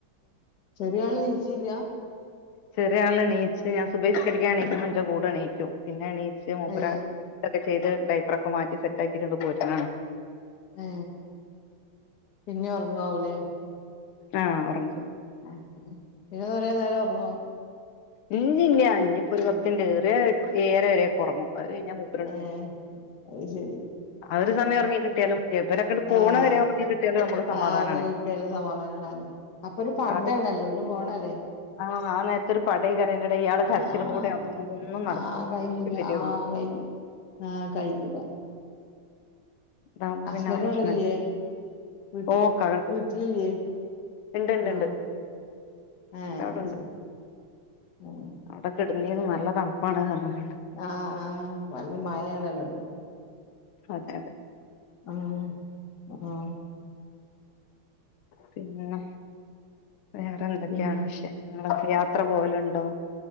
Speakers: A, on the left; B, on the left.
A: ചെറിയാളെണീച്ചില്ലാ
B: ചെറിയാളെണീച്ച് ഞാൻ സുബഹി നിസ്കരിക്കാൻ എണീക്കുമ്പോ എന്റെ കൂടെ എണീക്കും പിന്നെ എണീച്ച് ഇ മൂപ്പര്
A: ഏ
B: ഇതൊക്കെ ചെയ്ത് ഡൈപ്പറൊക്കെ മാറ്റി സെറ്റാക്കിയിട്ടുണ്ട് പോരണാണ്
A: ആ പിന്നെ ഉറങ്ങാവൂലേ
B: ആ ഒറങ്ങ്
A: ആ ചെറുത് കൊറേനേരം ഒറങ്ങോ
B: ഇല്ല ഇല്ല ഇഞ്ഞിപ്പോ ഒരുപത്തു മിനിറ്റ് ഏറിയ ഏഴരവരെയൊക്കെ ഒറങ്ങും അത് കഴിഞ്ഞാ മുപ്പര്
A: ഏ
B: എണീക്കും
A: അത് ശരി
B: അത് ഒരു സമയം ഉറങ്ങി കിട്ടിയാലും ഇവരൊക്കെ പോണ
A: ആഹ്
B: വരെ ഉറങ്ങി കിട്ടിയാലും നമുക്ക് സമാധാനാണ്.
A: ആറ് കിട്ടിയാലും സമാധാനാണ് അപ്പൊ ഒരു പടആണല്ലോല്
B: ആ
A: ഓല് പോണല്ലേ.
B: ആഹ് ആ നേരത്ത് ആ രുപടകഇയാൾ കരച്ചിലും
A: ആഹ്
B: കൂടെ ആവതൊന്നും നടക്കൂല്ല
A: ആഹ് കയ്യൂല
B: അതിനശേ വരയുള്ളൂ
A: ആഹ് കയ്യും ആഹ് കൈയുല്ല.
B: ഇതാവുമ്പോ
A: അസ്ബൻന്റ്
B: പിന്നെ ആ പ്രശ്നല്ല
A: ഇവിടല്ലയേ? വീട്ടിൽ
B: ഓ കണ്ട്
A: വീട്ടിലില്ലേ
B: ഇണ്ട് ഇണ്ട്
A: ആഹ
B: ഇണ്ട്
A: ആഹ
B: ഒരാളുണ്ട്
A: അത് ശരി. ആഹ്
B: അവിടെ കെടുന്നീന്ന് നല്ല തണുപ്പാണ് പറഞ്ഞാണ്ട്.
A: ആഹ ആഹ് നല്ല മഴയാണല്ലോ?
B: അതെ
A: ആഹ് ആഹ്
B: പിന്നെ വേറെ എന്തൊക്കെയാണ്
A: പിന്നെ
B: വിശേഷങ്ങളൊക്കെ യാത്ര പോലുണ്ടോ?